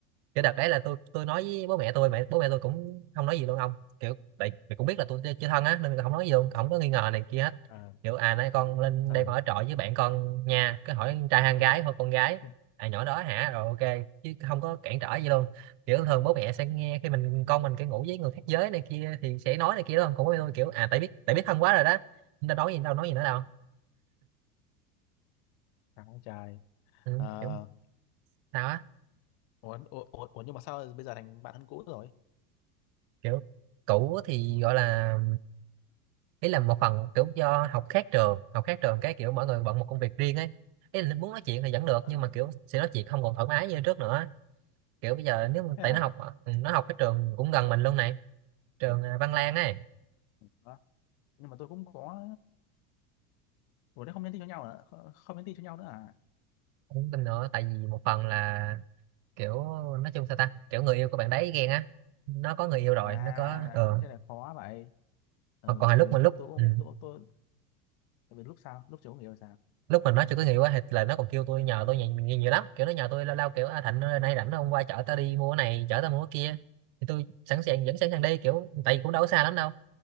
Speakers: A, on the right; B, on the left.
A: kiểu đợt đấy là tôi tôi nói với bố mẹ tôi mẹ bố mẹ tôi cũng không nói gì luôn ông kiểu tại mẹ cũng biết là tôi chưa, chưa thân á nên là không nói gì luôn không có nghi ngờ này kia hết
B: ờ
A: kiểu à nay con lên
B: ờ
A: đây con ở trọ với bạn con nha cứ hỏi con trai hay con gái thôi con gái
B: ừ.
A: à nhỏ đó hả rồi ok chứ không có cản trở gì luôn kiểu thường bố mẹ sẽ nghe khi mình con mình cái ngủ với người khác giới này kia thì sẽ nói này kia đó cũng bố mẹ tôi kiểu à tại biết tại biết thân quá rồi đó nên đâu nói gì đâu nói gì nữa đâu
B: Chán quá
A: ừ,
B: Ờ,
A: kiểu sao á
B: ủa, ủa, ủa, ủa nhưng mà sao bây giờ thành bạn thân cũ rồi
A: kiểu cũ thì gọi là ý là một phần kiểu do học khác trường học khác trường cái kiểu mỗi người bận một công việc riêng ấy ý là muốn nói chuyện thì vẫn được
B: ờ
A: nhưng mà kiểu sẽ nói chuyện không còn thoải mái như trước nữa kiểu bây giờ nếu mà-
B: thế
A: tại
B: à
A: nó học ừ, nó học cái trường cũng gần mình luôn này trường à, Văn Lang ấy
B: Đó. nhưng mà tôi cũng có ủa thế không nhắn tin cho nhau nữa không, không nhắn tin cho nhau nữa à
A: cũng tin nữa tại vì một phần là kiểu nói chung sao ta kiểu người yêu của bạn đấy ghen á nó có người yêu rồi
B: à
A: nó có ờ
B: thế là khó vậy ừ,
A: còn còn hồi
B: tại
A: lúc
B: vì
A: mà lúc
B: tôi cũng
A: ừ.
B: tôi, tôi tại vì lúc sau lúc chiều không hiểu sao
A: lúc mà nói cho cái người quá thì là nó còn kêu tôi nhờ tôi nhiều, nhiều, nhiều lắm kiểu nó nhờ tôi lao lao kiểu à, Thạnh ơi, nay rảnh không qua chở tao đi mua cái này chở tao mua cái kia thì tôi sẵn sàng vẫn sẵn sàng đi kiểu tại vì cũng đâu có xa lắm đâu